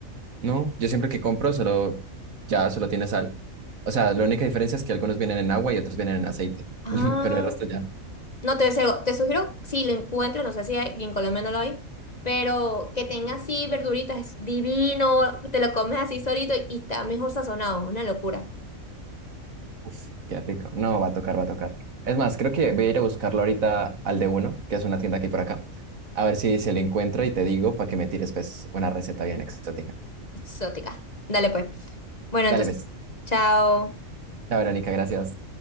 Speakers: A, on the right; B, on the left.
A: No, yo siempre que compro solo, ya solo tiene sal. O sea, la única diferencia es que algunos vienen en agua y otros vienen en aceite.
B: Ah,
A: <laughs> Pero el resto ya.
B: no, te, deseo- te sugiero, si lo encuentro, no sé si hay- en Colombia no lo hay, pero que tenga así verduritas, es divino, te lo comes así solito y está mejor sazonado, una locura.
A: Uf, qué rico. No, va a tocar, va a tocar. Es más, creo que voy a ir a buscarlo ahorita al de uno, que es una tienda aquí por acá. A ver si se lo encuentro y te digo para que me tires pues una receta bien exótica.
B: Exótica. Dale pues. Bueno,
A: Dale,
B: entonces,
A: pues.
B: chao.
A: Chao, Verónica, gracias.